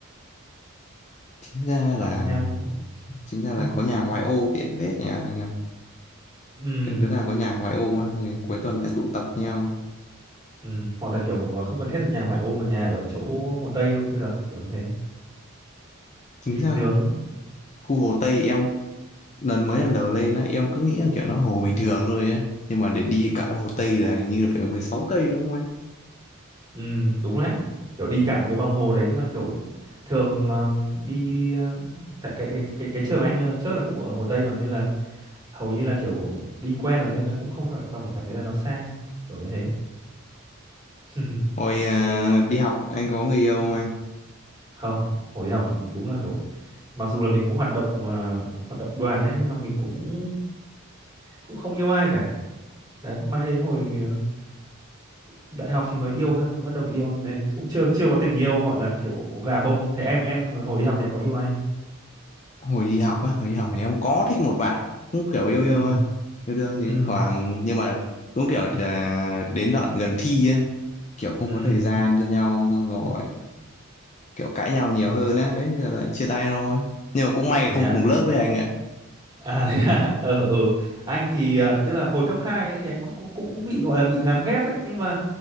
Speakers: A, on the left; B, on the right.
A: chính ra là
B: gặp nhau
A: chính ra là
B: <laughs>
A: có nhà ngoại ô tiện vết nhà anh à
B: ừ
A: kiểu đứa nào có nhà ngoại ô á rồi cuối tuần lại tụ tập nhau
B: Ừ, hoặc là kiểu à, không cần thiết là nhà ngoại ô mà nhà ở chỗ Hồ Tây cũng được kiểu như thế
A: chính
B: thịt
A: ra
B: nướng
A: khu Hồ Tây em lần mấy lần đầu lên á em cứ nghĩ là kiểu nó hồ bình thường thôi á nhưng mà để đi cả Hồ Tây là hình như là phải 16 cây đúng không anh
B: ừ, đúng đấy kiểu đi cả một cái vòng hồ đấy nhưng mà kiểu thường ờ, đi ờ, tại cái cái cái, cái trường anh ờ, trước là cũng ở Hồ Tây mà nên là hầu như là kiểu đi quen rồi nên là cũng không cảm cảm cảm thấy là nó xa kiểu như thế <laughs>
A: hồi à, đi học anh có người yêu không anh
B: không hồi đi học đúng là kiểu mặc dù là mình cũng hoạt động ờ, hoạt động đoàn đấy nhưng mà mình cũng cũng không yêu ai cả đấy mãi đến hồi ờ, đại học thì mới yêu cơ mới bắt đầu yêu nên cũng chưa chưa có tình yêu gọi là kiểu gà bông thế em em hồi đi học thì em có yêu ai không
A: hồi đi học á, hồi đi học thì em có thích một bạn cũng kiểu yêu yêu
B: ừ
A: á, yêu đương đến
B: ừ
A: khoảng nhưng mà cũng kiểu là đến đoạn gần thi á, kiểu không
B: ừ
A: có thời gian cho nhau xong rồi kiểu cãi nhau nhiều hơn á đấy thì là lại chia tay thôi nhưng mà cũng may là
B: thế
A: không
B: à
A: cùng lớp với anh ạ
B: à thế à <laughs> ờ ừ, ừ. anh thì à, tức là hồi cấp 2 ấy, thì anh cũng cũng cũng bị gọi là bị gán ghép ấy nhưng mà